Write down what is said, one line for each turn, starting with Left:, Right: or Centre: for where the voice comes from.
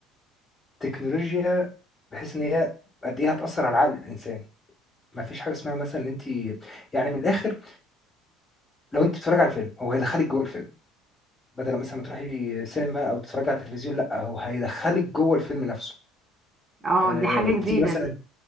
Left: تكنولوجيا بحيث إن هي قد إيه هتأثّر على عقل الإنسان. ما فيش حاجة اسمها مثلًا إن أنتِ يعني من الآخِر لو انت بتتفرج على فيلم هو هيدخلك جوه الفيلم بدل مثلا ما تروحي سينما او تتفرج على التلفزيون لا هو هيدخلك جوه الفيلم نفسه
Right: اه
Left: آه
Right: دي حاجه
Left: بتيجي
Right: جديده
Left: مثلا
Right: دي